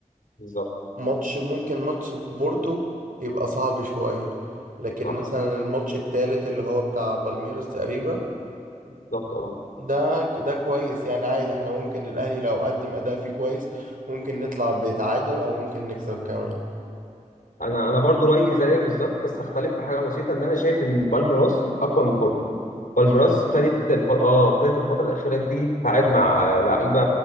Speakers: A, on the left; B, on the right.
A: بالظبط
B: ماتش ممكن ماتش بورتو يبقى صعب شوية لكن
A: صح
B: مثلا الماتش التالت اللي هو بتاع بالميراس تقريبا
A: بالظبط أه
B: ده ده كويس يعني عادي احنا ممكن الاهلي لو قدم اداء فيه كويس ممكن نطلع بتعادل او ممكن نكسب كمان
A: انا انا برضو رايي زيك بالظبط بس اختلف في حاجه بسيطه ان انا شايف ان بالميراس اقوى من بورتو بالميراس
B: بجد
A: ابتدت الف... اه ابتدت الفتره الاخيره دي تتعاقد مع آه، لعيبه